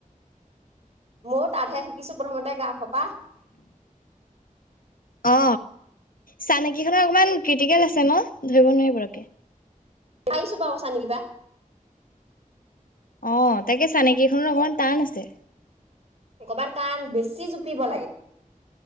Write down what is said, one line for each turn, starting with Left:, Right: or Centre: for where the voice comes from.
Right: ময়ো তাতহে শিকিছোঁ প্ৰথমতে গাৰাফ পা।
Left: অ চানকি খনৰ অকমান ক্ৰিটিকেল আছে ন ধৰিব নোৱাৰি পথকে।
Right: পাৰিছোঁ বাৰু চানেকি পা
Left: অ তাকে চানেকেইখনত অকমান টান আছে
Right: অকমান টান বেছি জোপিব লাগে।